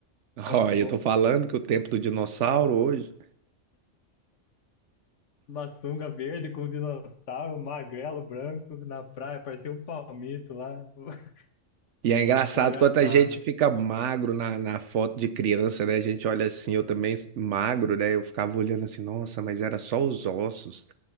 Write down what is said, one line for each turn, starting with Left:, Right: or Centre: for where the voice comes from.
Right: <laughs>
Left: Falei,
Right: Ó, eu
Left: Pô,
Right: tô falando que o tempo do dinossauro hoje.
Left: Uma sunga verde com dinossauro, magrelo, branco, na praia. Parecia um palmito lá. <laughs>
Right: E é engraçado
Left: Engraçado.
Right: quanto a gente fica magro na, na foto de criança, né? A gente olha assim, eu também s- magro, né? Eu ficava olhando assim, nossa, mas era só os ossos.